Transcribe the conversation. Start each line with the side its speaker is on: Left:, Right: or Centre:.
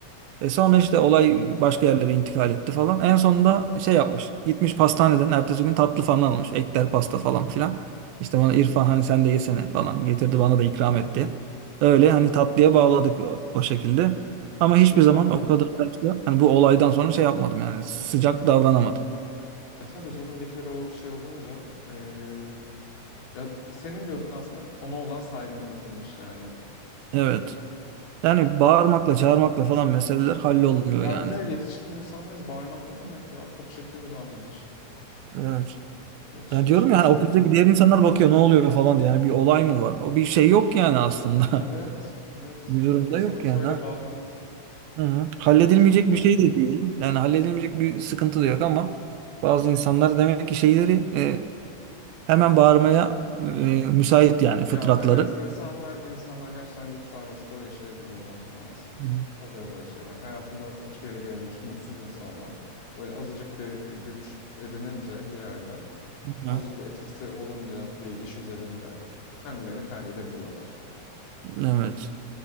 Right: E sonra işte olay başka yerlere intikal etti falan. En sonunda şey yapmış. Gitmiş pastaneden ertesi gün tatlı falan almış. Ekler pasta falan filan. İşte bana İrfan hani sen de yesene falan getirdi bana da ikram etti. Öyle hani tatlıya bağladık o, o şekilde. Ama hiçbir
Left: Ne güzel.
Right: zaman o kadar da işte hani bu olaydan sonra şey yapmadım yani sıcak davranamadım.
Left: E tabii canım bir kere o şey olunca e, ya senin gözünde aslında ona olan saygını bitirmiş yani.
Right: Evet. Yani bağırmakla çağırmakla falan meseleler hallolmuyor
Left: Ya
Right: yani.
Left: bir de yetişkin insanlarız. Bağırmak ne demek ya? Çok çirkin bir davranış.
Right: Evet.
Left: Hiç
Right: Yani
Left: hiç
Right: diyorum
Left: hoş
Right: ya hani ofisteki
Left: değil.
Right: diğer insanlar bakıyor ne oluyor falan diye. Yani bir olay mı var? O bir şey yok yani aslında.
Left: Evet,
Right: <laughs>
Left: evet.
Right: Bir durumda
Left: O kimse
Right: yok
Left: kimse
Right: yani.
Left: öyle
Right: Ha.
Left: bağıramaz.
Right: Hı hı. Halledilmeyecek
Left: Çok ayıp şeyler.
Right: bir şey de değil. Yani halledilmeyecek bir sıkıntı da yok ama bazı insanlar demek ki şeyleri e, hemen bağırmaya e, müsait yani fıtratları.
Left: Ya evet, insanlar insanlar gerçekten güç sarhoşluğu yaşayabiliyorlar maalesef.
Right: Hı hı.
Left: Oluyor böyle şeyler. Hayatında hiçbir yere gelememiş mutsuz insanlar. Böyle azıcık bir güç edinince bir yerde,
Right: Hı hı.
Left: azıcık bir etkisi olunca bir iş üzerinde kendilerini kaybedebiliyorlar.
Right: Evet.